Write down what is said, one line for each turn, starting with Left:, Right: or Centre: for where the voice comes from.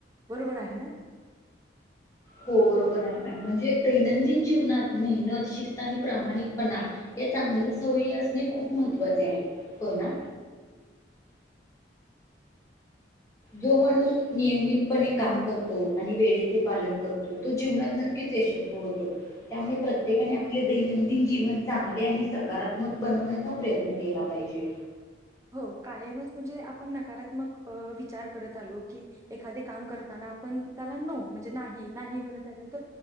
Right: बरोबर आहे ना.
Left: हो बरोबर आहे मॅम, म्हणजे दैनंदिन जीवनात मेहनत शिस्त आणि प्रामाणिकपणा या चांगल्या सवयी असणे खूप महत्त्वाचे आहे. होय ना? जो माणूस नियमितपणे काम करतो आणि वेळेचे पालन करतो तो जीवनात नक्कीच यशस्व होतो त्यामुळे प्रत्येकाने आपले दैनंदिन जीवन चांगले आणि सकारात्मक बनवण्याचा प्रयत्न केला पाहिजे
Right: हो कायमच म्हणजे आपण नकारात्मक विचार करत आलो की एखादे काम करताना आपण त्याला नो म्हणजे नाही नाही म्हणत त्याला तर